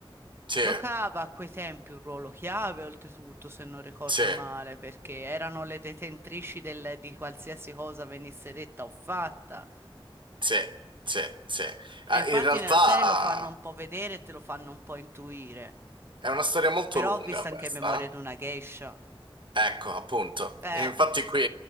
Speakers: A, on the right; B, on the right.
A: Sì,
B: giocava a quei tempi un ruolo chiave, oltretutto, se non ricordo
A: sì,
B: male, perché erano le detentrici del- di qualsiasi cosa venisse detta o fatta.
A: sì, sì, sì. Eh,
B: E infatti
A: In realtà
B: nella serie lo fanno un po' vedere e te lo fanno un po' intuire.
A: è una storia molto
B: Però
A: lunga
B: ho visto
A: questa.
B: anche Memoria di una geisha.
A: eh? Ecco, appunto.
B: Eh,
A: E Infatti qui,